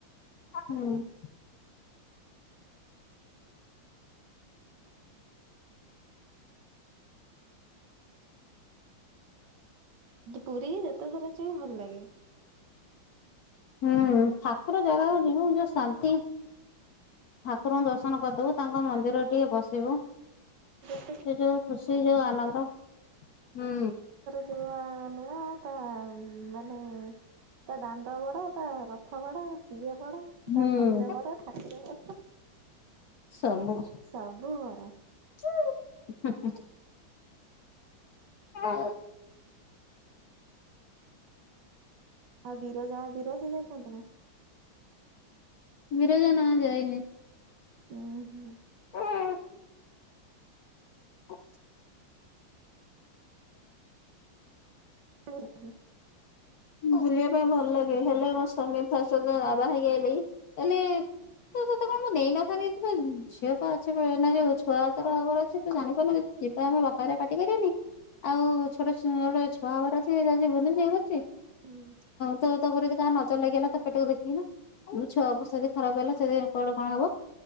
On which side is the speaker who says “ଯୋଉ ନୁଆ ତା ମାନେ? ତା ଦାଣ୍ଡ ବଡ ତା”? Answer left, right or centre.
Right